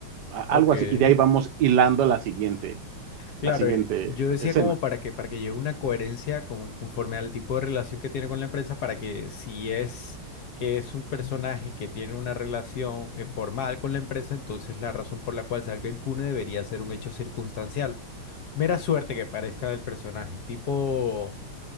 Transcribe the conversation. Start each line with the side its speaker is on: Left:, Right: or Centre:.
Right: algo
Left: ok.
Right: así, y de ahí vamos hilando la siguiente, la
Left: Claro,
Right: siguiente
Left: eh, yo decía
Right: escena.
Left: como para que, para que lleve una coherencia con- conforme al tipo de relación que tiene con la empresa, para que si es que es un personaje que tiene una relación eh, formal con la empresa, entonces la razón por la cual salga impune debería ser un hecho circunstancial. Mera suerte que parezca del personaje, tipo...